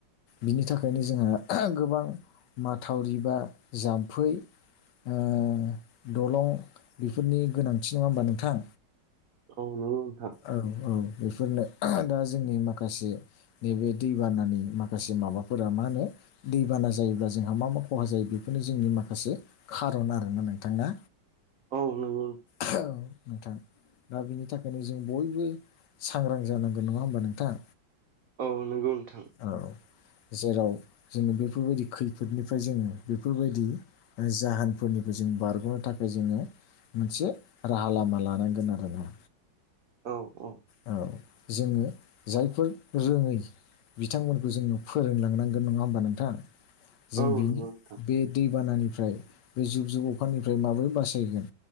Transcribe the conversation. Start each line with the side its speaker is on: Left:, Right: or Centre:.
Left: बिनि थाखायनो जोंहा, गोबां माथावरि बा जाम्फै ओ-दलं बेफोरनि गोनांथि नङा होमबा नोंथां?
Right: औ नंगौ नोंथां।
Left: औ औ बेफोरनो आहा-दा जोंनि माखासे नैबे दैबानानि माखासे माबाफोरा, मा होनो दैबाना जायोब्ला जोंहा मा मा खहा जायो बे बे जोंनि माखासे खारन आरोना नोंथां ना
Right: औ नंग
Left: औ नोंथां दा बिनि थाखायनो जों बयबो सांग्रां जानांगोन नङा होमबा नोंथां?
Right: औ नंगौ नोंथां।
Left: औ जेराव जोङो बेफोरबायदि खैफोदनिफ्राय जोङो बेफोरबायदि जाहोनफोरनिफ्राय जों बारग'नो थाखाय जोङो मोनसे राहा लामा लानांगोन आरोना।
Right: औ उम
Left: औ जोङो जायफोर रोङै बिथांमोनखौ जोङो फोरोंलांनांगोन नङा होमबा नोंथां जों
Right: औ
Left: बिनि
Right: नंगौ नोंथां
Left: बे दै बानानिफ्राय बे जुब जुब अखानिफ्राय माबोरै बासायगोन